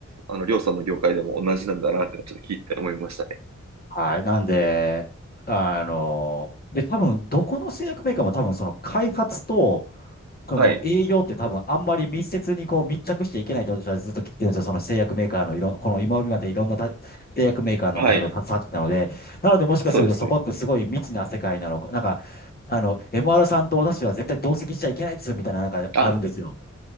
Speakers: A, on the right (about 65°); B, on the left (about 30°).
A: あの、りょうさんの業界でも同じなんだなってのはちょっと聞いて思いましたね。
B: はい。なんで、あの、で、多分、どこの製薬メーカーも多分、その開発と、この営業って多分、
A: はい、
B: あんまり密接にこう密着していけないと私はずっと聞いてるんですよ。その製薬メーカーのいろん、この今までいろんなた製薬メーカーの方と携わってきたので、
A: はい、
B: なので、もしかするとそこってすごい未知な世界なのか、
A: そうですね。
B: なんか、あの、MR さんと私は絶対同席しちゃいけないですよ、みたいな、なんかあるんですよ。
A: あ、